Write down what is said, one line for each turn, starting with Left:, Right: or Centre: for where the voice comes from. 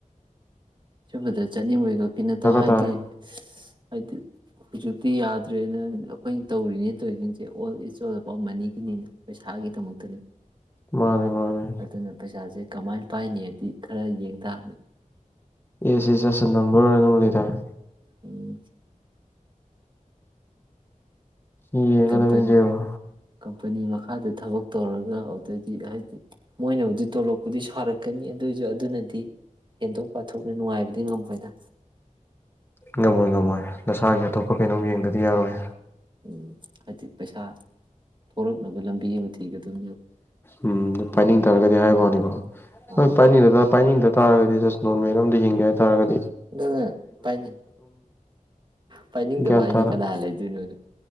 Right: ꯁꯨꯝꯕꯗ ꯆꯠꯅꯤꯡꯕꯩ ꯀꯛꯀꯤ ꯅꯠꯇ ꯍꯥꯏꯗꯤ
Left: ꯇꯥꯔꯦ
Right: ꯍꯥꯏꯗꯤ ꯍꯧꯖꯤꯛꯇꯤ ꯌꯥꯗ꯭ꯔꯦ ꯑꯩꯈꯣꯏꯅ ꯇꯧꯔꯤꯅꯦ ꯇꯧꯔꯤꯁꯤꯡꯁꯦ ꯑꯣꯜ ꯏꯁ ꯑꯣꯜ ꯑꯐꯥꯎ ꯃꯅꯤꯒꯤꯅꯤꯅ ꯄꯩꯁꯥꯒꯤꯗꯃꯛꯇꯅꯤ
Left: ꯃꯥꯅꯦ ꯃꯥꯅꯦ
Right: ꯑ ꯑꯗꯨ ꯅ ꯄꯩꯁꯥꯁꯦ ꯀꯃꯥꯏ ꯄꯥꯏꯅꯦꯗꯤ ꯈꯔ ꯌꯦꯡ ꯇꯝꯃꯤ
Left: ꯌꯦꯁ ꯌꯦꯁ ꯑꯁ ꯅꯝꯕꯔ ꯑꯣꯏꯅꯅ ꯎ ꯂꯩꯗꯔꯦ
Right: ꯎꯝ
Left: ꯌꯦ ꯌꯦꯡꯉꯗ
Right: ꯀꯝꯄꯅꯤ
Left: ꯃꯗꯦ ꯋꯣ
Right: ꯀꯝꯄꯅꯤ ꯃꯈꯥꯗ ꯊꯕꯛ ꯇꯧꯔꯒ ꯑꯗꯨꯗꯗꯤ ꯍꯥꯏꯗꯤ ꯃꯣꯏꯅꯕꯨꯗꯤ ꯇꯣꯂꯣꯄꯗꯤ ꯁꯥꯔꯛꯀꯅꯤ ꯑꯗꯨꯏꯁꯨ ꯑꯗꯨꯅꯗꯤ ꯍꯦꯟꯗꯣꯛ ꯄꯥꯊꯣꯛꯅ ꯅꯨꯡꯉꯥꯏꯕꯗꯤ ꯉꯝꯃꯣꯏꯗ
Left: ꯉꯃꯣꯏ ꯉꯃꯣꯏ ꯅꯁꯥꯒꯤ ꯑꯇꯣꯞꯄ ꯀꯩꯅꯣꯝ ꯌꯦꯡꯗꯗꯤ ꯌꯥꯔꯣꯏ
Right: ꯎꯝ ꯍꯥꯏꯗꯤ ꯄꯩꯁꯥ ꯊꯣꯔꯛꯅꯕ ꯂꯝꯕꯤ ꯑꯃ ꯊꯤꯒꯗꯝ
Left: ꯎꯝ ꯑꯗꯨ ꯄꯥꯏꯅꯤꯡ ꯇꯥꯔꯒꯗꯤ ꯍꯥꯏꯕ ꯋꯥꯅꯤꯀꯣ ꯍꯣꯏ
Right: ꯑꯥ
Left: ꯄꯅꯤ ꯂꯩ ꯇ ꯄꯥꯏꯅꯤꯡꯗ ꯇꯥꯔꯒꯗꯤ ꯖꯁ ꯅꯣꯔꯃꯦꯜ ꯑꯝꯗ ꯍꯤꯡꯒꯦ ꯍꯥꯏꯇꯥꯥꯔꯒꯗꯤ
Right: ꯑꯗꯨꯅ ꯄꯥꯏ ꯄꯥꯏꯅꯤꯡꯗꯕ
Left: ꯒ꯭ꯌꯥꯟ
Right: ꯍꯥꯏꯁꯦ
Left: ꯇꯥꯅ
Right: ꯀꯅꯥ ꯂꯩꯗꯣꯏꯅꯣꯅ